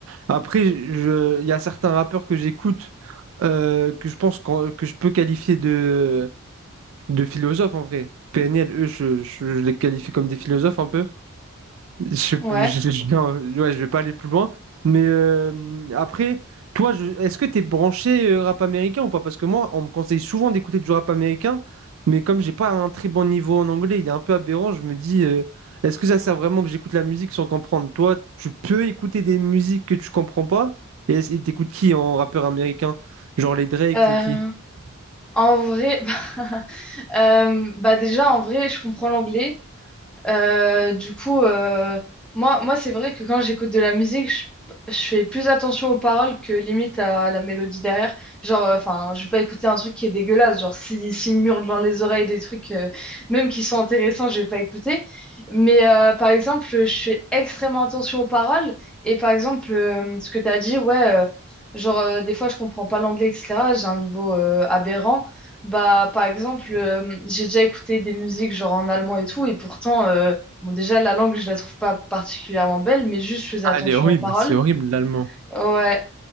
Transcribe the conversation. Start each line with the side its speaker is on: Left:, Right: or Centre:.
Right: Après, je... il y a certains rappeurs que j'écoute euh, que je pense qu'en- que je peux qualifier de, de philosophes en vrai. PNL, eux, je je- je les qualifie comme des philosophes un peu. Je sais plus,
Centre: Ouais.
Right: je, je- non, ouais, je vais pas aller plus loin. Mais euh, après, toi, je- est-ce que tu es branché euh, rap américain ou pas? Parce que moi, on me conseille souvent d'écouter du rap américain, mais comme j'ai pas un très bon niveau en anglais, il est un peu aberrant, je me dis, euh, est-ce que ça sert vraiment que j'écoute la musique sans comprendre? Toi, tu peux écouter des musiques que tu comprends pas, et est-ce- et t'écoutes qui en rappeur américain? Genre les Drake,
Centre: Euh,
Right: les qui?
Centre: en vrai. <laughs> Euh, bah déjà, en vrai, je comprends l'anglais. Euh, du coup, euh, moi, moi c'est vrai que quand j'écoute de la musique, je, je fais plus attention aux paroles que limite à la mélodie derrière. Genre, euh, enfin, je vais pas écouter un truc qui est dégueulasse. Genre, si, s'il me hurle dans les oreilles des trucs, euh, même qui sont intéressants, je vais pas écouter. Mais euh, par exemple, je fais extrêmement attention aux paroles. Et par exemple, euh, ce que tu as dit, ouais, euh, genre, euh, des fois, je comprends pas l'anglais, etc. J'ai un niveau euh, aberrant. Bah, par exemple, euh, j'ai déjà écouté des musiques genre en allemand et tout, et pourtant, euh, bon, déjà, la langue, je la trouve pas particulièrement belle, mais juste, je faisais
Right: Ah,
Centre: attention
Right: elle est horrible,
Centre: aux paroles.
Right: c'est horrible l'allemand.
Centre: Ouais.